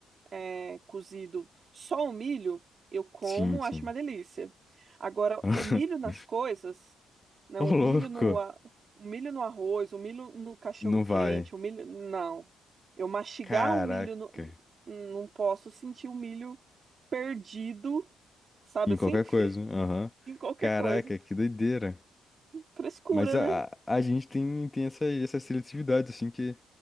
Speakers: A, on the right; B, on the left.
A: é, cozido só o milho, eu como,
B: Sim, sim.
A: acho uma delícia. Agora,
B: <laughs>
A: o milho nas coisas, né?
B: Ô,
A: O
B: louco,
A: milho no, a- o milho no arroz, o milho no cachorro-quente,
B: não vai.
A: o milho. Não. Eu mastigar
B: Caraca.
A: o milho, no- não posso sentir o milho perdido, sabe
B: Em
A: assim?
B: qualquer
A: <laughs>
B: coisa. Aham.
A: Em qualquer
B: Caraca,
A: coisa.
B: que doideira.
A: Frescura,
B: Mas a,
A: né?
B: a, a gente tem, tem essa, essa seletividade, assim, que